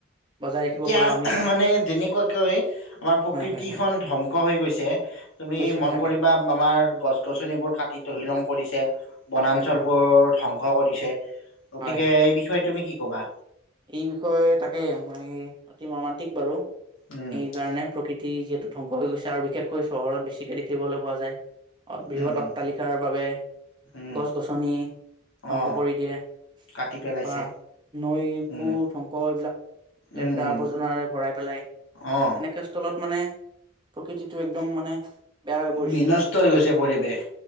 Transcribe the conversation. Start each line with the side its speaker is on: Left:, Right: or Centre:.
Right: বজাই ৰাখিব
Left: এতিয়া
Right: পাৰো আমি
Left: মানে যেনেকুৱা কৈ আমাৰ প্ৰকৃতিখন
Right: হয় হয় হয়
Left: ধ্বংস হৈ গৈছে। তুমি
Right: কৈছে
Left: মন
Right: তাকে
Left: কৰিবা আমাৰ গছ-গছনিবোৰ কাটি তহিলং কৰিছে, বনাঞ্চলবোৰ
Right: হয় হয় হয়
Left: ধ্বংস কৰিছে, গতিকে
Right: হয় হয়
Left: এই বিষয়ে তুমি কি ক'বা?
Right: এই বিষয়ে তাকে মই অতি মৰ্মান্তিক বাৰু। সেই
Left: উম
Right: কাৰণে প্ৰকৃতি যিহেতু ধ্বংস হৈ গৈছে আৰু বিশেষকৈ চহৰত বেছিকে দেখিবলৈ পোৱা যায়। বৃহৎ
Left: উম উম
Right: অট্টালিকাৰ বাবে
Left: উম
Right: গছ-গছনি ধ্বংস
Left: অ
Right: কৰি দিয়ে।
Left: কাটি পেলাইছে
Right: বা নৈ
Left: উম
Right: কু ধ্বংস এইবিলাক লেতেৰা
Left: উম উম
Right: আৱৰ্জনাৰে ভৰাই পেলাই।
Left: অ
Right: এনেকুৱা স্থলত মানে প্ৰকৃতিটো একদম মানে বেয়া হৈ পৰিছে।
Left: বিনষ্ট হৈ গৈছে পৰিৱেশ